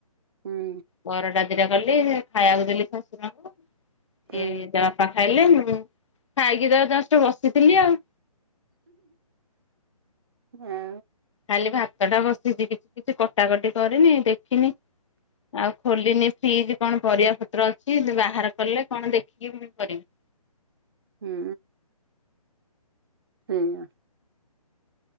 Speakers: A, on the right; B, on the left.
A: ହୁଁ
B: ପରଟା ଭଜା କଲି ଖାଇବାକୁ ଦେଲି ଶଶୁରଙ୍କୁ
A: ହୁଁ
B: ଏ ତା ବାପା ଖାଇଲେ ମୁ ହୁଁ ଖାଇକି ତ ଜଷ୍ଟ ବସିଥିଲି ଆଉ।
A: ହଁ।
B: କାଲି ଭାତ ଟା ବସିଛି କିଛି କିଛି କଟାକଟି କରିନି ଦେଖିନି। ଆଉ ଖୋଲିନି ଫ୍ରିଜ କଣ ପରିବା ପତ୍ର ଅଛି ଯ ବାହାର କଲେ କଣ ଦେଖିକି ମୁ କରିବି। <inaudible>
A: ହୁଁ। ସେଇଆ